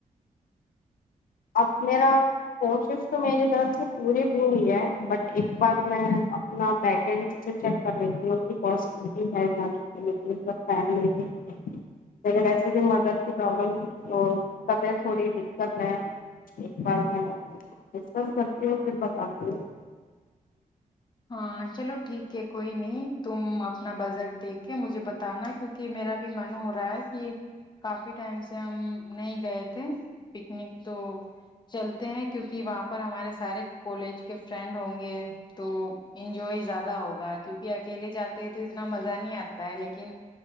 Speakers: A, on the left; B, on the left.
A: ا میرا <inaudible> کوشش تو میری طر سے پوری پوری ہے بٹ ایک بار میں اپنا پیکج سے چیک کر لیتی ہوں کی پٹی ہے ج کے لیے فم اگر ایسے بھی مدر کی پرابلمب تھوڑی دت ہے ایک بار میں سب کرتی ہووں پھر بتاتی ہو
B: ہاں چلو ٹھیک ہے کوئی نہیں تم اپنا بجٹ دیکھ کے مجھے بتانا کیونکہ میرا بھی من ہو رہا ہے کہ کافی ٹائم سے ہم نہیں گئے تھے پکنک تو چلتے ہیں کیونکہ وہاں پر ہمارے سارے کالج کے فرینڈ ہوں گے تو انجوائے زیادہ ہوگا کیونکہ اکیلے جاتے ہیں تو اتنا مزہ نہیں آتا ہے لیکن